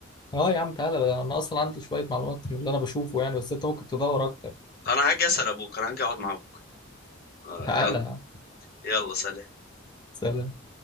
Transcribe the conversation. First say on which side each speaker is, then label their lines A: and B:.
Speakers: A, on the left (about 20°); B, on the left (about 50°).
A: اه يا عم تعالى ده انا اصلا عندي شويه معلومات من اللي انا بشوفه يعني بس انت ممكن تدور اكتر
B: انا هاجي اسأل ابوك انا هاجي اقعد مع ابوك آه
A: تعالى
B: آه.
A: يا عم
B: يلا سلام
A: سلام